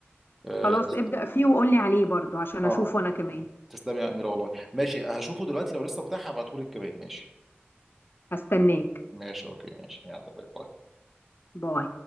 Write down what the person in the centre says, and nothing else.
اه
تست-
آه،
تسلمي يا اميره والله ماشي هشوفه دلوقتي لو لسه متاح هبعتهولك كمان ماشي
ماشي اوكي ماشي يلا باي باي